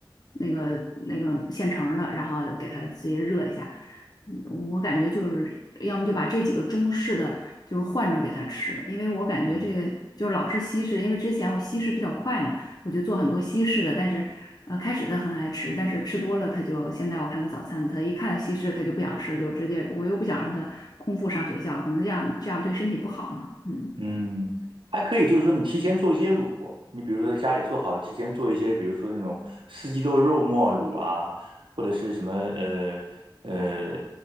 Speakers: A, on the left; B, on the right.
A: 那个那个现成儿的，然后给它直接热一下。我感觉就是要么就把这几个中式的就是换着给他吃，因为我感觉这个就是老是西式，
B: 嗯。
A: 因为之前我西式比较快嘛，我就做很多西式的，但是呃开始他很爱吃，但是吃多了他就现在我看他早餐，他一看西式他就不想吃，就直接我又不想让他空腹上学校，可能这样这样对身体不好嘛，嗯。
B: 嗯，还可以，就是说你提前做一些卤，你比如说在家里做好，提前做一些，比如说那种四季豆肉末卤啊，或者是什么呃呃